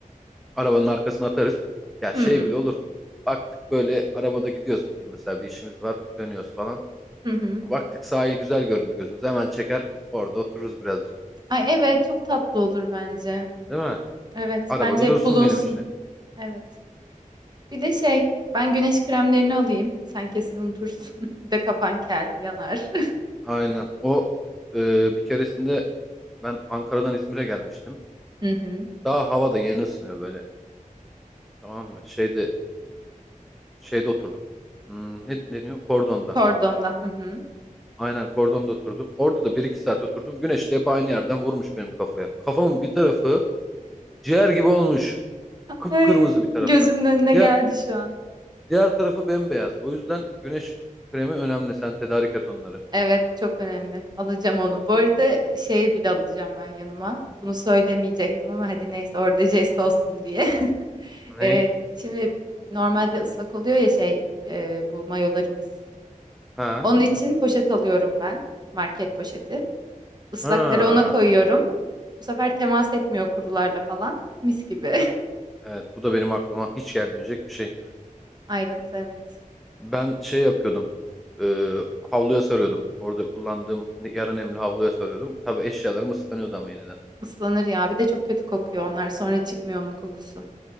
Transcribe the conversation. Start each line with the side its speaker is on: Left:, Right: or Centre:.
Centre: Arabanın arkasına atarız. Ya
Right: Hmm.
Centre: şey bile olur. Baktık böyle arabada gidiyoruz bir gün mesela bir işimiz var dönüyoruz falan.
Right: Hı hı.
Centre: Baktık sahil güzel göründü gözümüze. Hemen çeker orada otururuz birazcık.
Right: Ay evet çok tatlı olur bence.
Centre: Değil mi?
Right: Evet
Centre: Arabada
Right: bence hep
Centre: dursun
Right: bulunsun.
Centre: benim işte.
Right: Evet. Bir de şey, ben güneş kremlerini alayım. Sen kesin unutursun. <laughs> Bir de kafan kel, yanar.
Centre: Aynen. O e, bir keresinde ben Ankara'dan İzmir'e gelmiştim.
Right: <laughs> Hı hı.
Centre: Daha hava da yeni ısınıyor böyle. Tamam mı? Şeyde e, şeyde oturdum. Hmm, ne deniyor? Kordonda.
Right: Kordonda. Hı hı.
Centre: Aynen kordonda oturdum. Orada da bir iki saat oturdum. Güneş de hep aynı yerden vurmuş benim kafaya. Kafamın bir tarafı ciğer gibi olmuş. Kıpkırmızı
Right: Ay,
Centre: bir tarafı.
Right: gözümün önüne
Centre: Diğer,
Right: geldi şu an.
Centre: diğer tarafı bembeyaz. O yüzden güneş kremi önemli. Sen tedarik et onları.
Right: Evet, çok önemli. Alacağım onu. Bu arada şey bile alacağım ben yanıma. Bunu söylemeyecektim ama hadi neyse orada jest olsun diye. <laughs>
Centre: Ne?
Right: Ee, şimdi normalde ıslak oluyor ya şey e, bu mayolarımız.
Centre: Ha?
Right: Onun için poşet alıyorum ben. Market poşeti. Islakları
Centre: Ha.
Right: ona koyuyorum. Bu sefer temas etmiyor kurularla falan. Mis gibi.
Centre: Evet, bu da benim aklıma hiç gelmeyecek bir şey.
Right: <laughs> Ayrıntı evet.
Centre: Ben şey yapıyordum. e, havluya sarıyordum. Orada kullandığım ne- yarı nemli havluya sarıyordum. Tabii eşyalarım ıslanıyordu ama yeniden.
Right: Islanır ya. Bir de çok kötü kokuyor onlar. Sonra çıkmıyor onun kokusu.